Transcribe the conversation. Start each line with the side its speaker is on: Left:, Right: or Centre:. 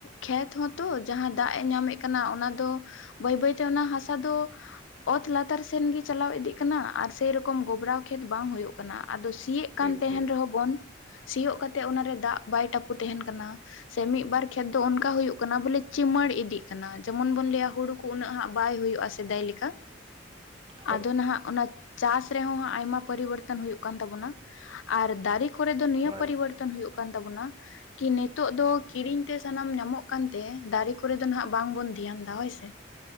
Left: ᱠᱷᱮᱛ ᱦᱚᱸᱛᱚ ᱡᱟᱦᱟᱸ ᱫᱟᱜᱽ ᱮ ᱧᱟᱢᱮᱜ ᱠᱟᱱᱟ ᱚᱱᱟ ᱫᱚ ᱵᱟᱹᱭ ᱵᱟᱹᱭᱛᱮ ᱚᱱᱟ ᱦᱟᱥᱟ ᱫᱚ, ᱚᱛ ᱞᱟᱛᱟᱨ ᱥᱮᱱ ᱜᱮᱤ ᱪᱟᱞᱟᱣ ᱤᱫᱤᱜ ᱠᱟᱱᱟ ᱟᱨ ᱥᱮᱨᱚᱠᱚᱢ ᱜᱚᱵᱨᱟᱣ ᱠᱷᱮᱛ ᱵᱟᱝ ᱦᱩᱭᱩᱜ ᱠᱟᱱᱟ ᱟᱫᱚ ᱥᱤᱭᱮᱜ
Right: ᱴᱷᱤᱠ
Left: ᱠᱟᱱ ᱛᱟᱦᱮᱱ
Right: ᱴᱷᱤᱠ
Left: ᱨᱮᱦᱚᱸ ᱵᱚᱱ ᱥᱤᱭᱳᱜ ᱠᱟᱛᱮᱜ ᱚᱱᱟᱨᱮ ᱫᱟᱜᱽ ᱵᱟᱭ ᱴᱟᱯᱩ ᱛᱟᱦᱮᱱ ᱠᱟᱱᱟ᱾ ᱥᱮ ᱢᱤᱜᱵᱟᱨ ᱠᱷᱮᱛ ᱫᱚ ᱚᱱᱠᱟ ᱦᱩᱭᱩᱜᱜ ᱠᱟᱱᱟ ᱵᱚᱞᱮ ᱪᱤᱢᱟᱹᱲ ᱤᱫᱤᱜ ᱠᱟᱱᱟ ᱡᱮᱢᱚᱱ ᱵᱚᱱ ᱞᱟᱹᱭᱟ ᱦᱩᱲᱩ, ᱠᱚ ᱩᱱᱟᱹᱜ ᱦᱟᱸᱜ ᱵᱟᱭ ᱦᱩᱭᱩᱜᱼᱟ ᱥᱮᱫᱟᱭ ᱞᱮᱠᱟ᱾
Right: <inaudible>
Left: ᱟᱫᱚ ᱱᱟᱦᱟᱜ ᱚᱱᱟ ᱪᱟᱥ ᱨᱮᱦᱚᱸ ᱦᱟᱸ ᱟᱭᱢᱟ ᱯᱚᱨᱤᱵᱚᱨᱛᱚᱱ ᱦᱩᱭᱩᱜ ᱠᱟᱱ ᱛᱟᱵᱚᱱᱟ ᱟᱨ ᱫᱟᱨᱮ, ᱠᱚᱨᱮ ᱫᱚ ᱱᱤᱭᱟᱹ
Right: ᱦᱳᱭ
Left: ᱯᱚᱨᱤᱵᱚᱨᱛᱚᱱ ᱦᱩᱭᱩᱜ ᱠᱟᱱ ᱛᱟᱵᱚᱱᱟ, ᱠᱤ ᱱᱤᱛᱚᱜ ᱫᱚ ᱠᱤᱨᱤᱧ ᱛᱮ ᱥᱟᱱᱟᱢ ᱧᱟᱢᱚᱜ ᱠᱟᱱᱛᱮ ᱫᱟᱨᱮ ᱠᱚᱨᱮ ᱫᱚ ᱱᱟᱦᱟᱜ ᱵᱟᱝᱵᱚᱱ ᱫᱷᱮᱭᱟᱱ ᱫᱟ ᱦᱚᱭᱥᱮ᱾